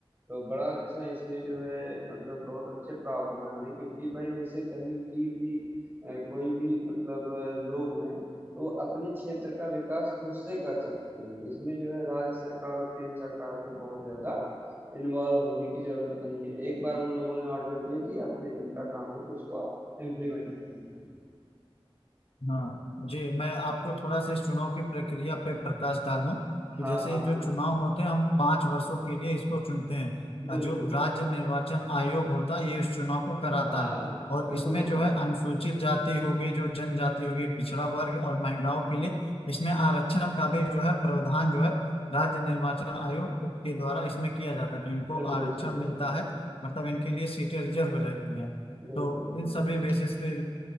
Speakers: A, on the right (about 25°); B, on the left (about 75°).
A: तो बड़ा अच्छा इसमें जो है मतलब बहुत अच्छे प्रावधान है क्योंकि भाई जैसे कहीं की भी अ, कोई भी मतलब अ, लोग हैं तो वो अपने क्षेत्र का विकास खुद से कर सकते हैं इसमें जो है राज्य सरकार और केंद्र सरकार को बहुत ज़्यादा इन्वॉल्व होने की ज़रूरत नहीं है एक बार उन लोगों ने ऑर्डर दे दिया फिर इनका काम है कि उसको इम्प्लीमेंट करना
B: हाँ जी मैं आपको थोड़ा सा इस चुनाव की प्रक्रिया पे प्रकाश डालूं कि
A: हाँ
B: जैसे
A: हाँ
B: जो
A: हाँ
B: चुनाव होते हैं हम पांच वर्षों के लिए इसको चुनते हैं
A: बिल्कुल
B: और जो राज्य निर्वाचन आयोग होता है ये इस चुनाव को कराता
A: हाँ
B: है और
A: बिल्कुल
B: इसमें
A: सही
B: जो
A: बात
B: है अनुसूचित
A: है
B: जाति हो गई जो जनजाति हो गई पिछड़ा वर्ग और महिलाओं के लिए इसमें आरक्षण का भी जो है प्रावधान जो है राज्य निर्वाचन आयोग के द्वारा इसमें किया जाता है तो इनको
A: बिल्कुल
B: आरक्षण
A: सही
B: मिलता
A: बात कह
B: है
A: रहे हैं
B: मतलब इनके लिए सीटें रिजर्व रहती हैं
A: बिल्कुल
B: तो
A: बिल्कुल
B: इन सभी बेसिस पे